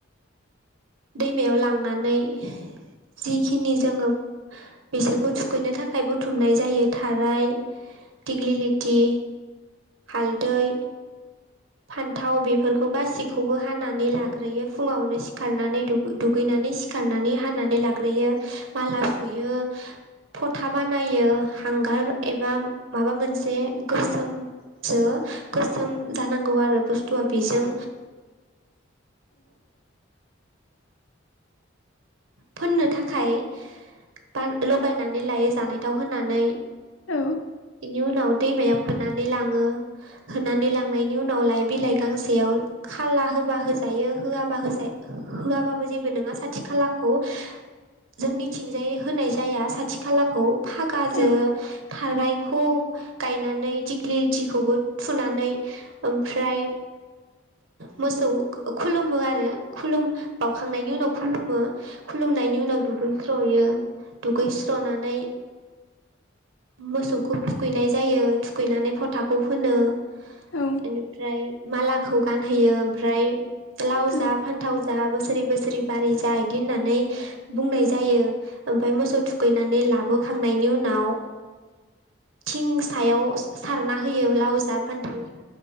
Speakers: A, on the right; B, on the left.
A: दैमायाव लांनानै जिखिनि जोङो बिसोरखौ थुखैनो थाखाय बुथुमनाय जायो थाराय दिग्लिलिथि हालदै। फान्थाव बेफोरखौ गाससिखौबो हानानै लाग्रोयो फुङावनो सिखारनानै दुग-दुगैनानै सिखारनानै हानानै लाग्रोयो माला सुयो फथा बानायो हांगार एबा माबा मोनसे गोसोम जो गोसोम जानांगौ आरो बुस्थुआ बेजों
B: <inaudible>
A: फोननो थाखाय बा लगायनानै लायो जानायथाव होनानै
B: औ
A: इनि उनाव दैमायाव होनानै लाङो होनानै लांनायनि उनाव लाइ बिलाइ गांसेयाव खाला होबा हो जायो होआबा जा होआबाबो जेबो नङा सा थि खालाखौ जोंनिथिजाय होनाय जाया साथि खाला खौ फागाजो
B: औ
A: थारायखौ गायनानै दिग्लिलिथिखौबो थुनानै ओमफ्राय मोसौ खुलुमो आरो खुलुम बावखांनायनि उनाव खुलुमो खुलुमनायनि उनाव दुगैस्र'यो दुगैस्र'नानै मोसौखौ थुखैनाय जायो थुखैनानै फथाखौ फोनो
B: औ
A: बेनिफ्राय मालाखौ गानहोयो ओमफ्राय लाव
B: औ
A: जा फान्थाव जा बोसोरै बोसोरै बारि जा बिदि होननानै बुंनाय जायो ओमफ्राय मौसौ थुखैनानै लाबो खांनायनि उनाव थिं सायाव सारना होयो लावजा, फान्थाव जा